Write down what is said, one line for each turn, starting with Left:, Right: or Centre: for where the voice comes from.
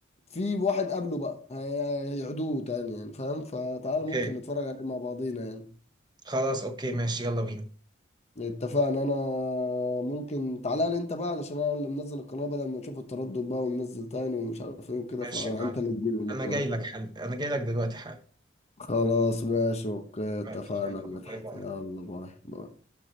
Left: في واحد قبله بقى هي- هيعيدوه تاني يعني فاهم فتعالى
Right: اوكي
Left: ممكن نتفرج عليه مع بعضينا يعني
Right: خلاص اوكي ماشي يلا بينا
Left: اتفقنا انا ممكن تعالى لي انت بقى علشان انا اللي منزل القناة بدل ما نشوف التردد بقى وننزل تاني ومش عارف ايه وكده
Right: ماشي
Left: فانت
Right: يا معلم
Left: اللي تجيلي المرة
Right: انا جاي
Left: دي
Right: لك حل انا جاي لك دلوقتي حل
Left: خلاص ماشي اوكي اتفقنا
Right: ماشي يلا
Left: يا مدحت
Right: باي باي
Left: يلا باي باي